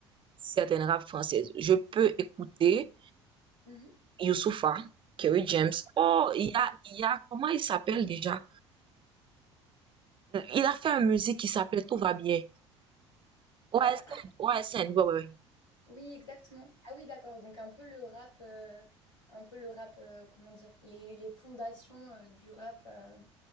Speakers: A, on the right; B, on the left.
A: certaines rap françaises. Je peux écouter
B: Mhm.
A: Youssoupha, Kerry James. Oh, il y a il y a comment il s'appelle déjà? Il a fait une musique qui s'appelle Tout va bien. ouais
B: Euh, ah,
A: OSN, ouais, ouais, ouais.
B: oui, exactement. Ah oui, d'accord. Donc un peu le rap, euh, un peu le rap, euh, comment dire, les, les fondations euh, du rap euh,